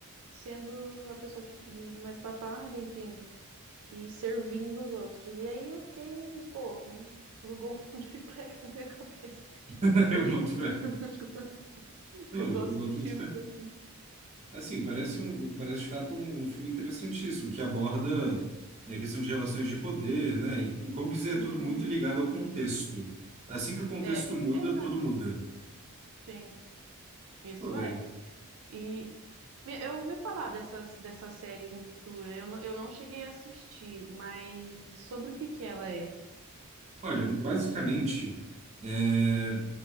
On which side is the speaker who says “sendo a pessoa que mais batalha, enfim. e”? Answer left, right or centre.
Right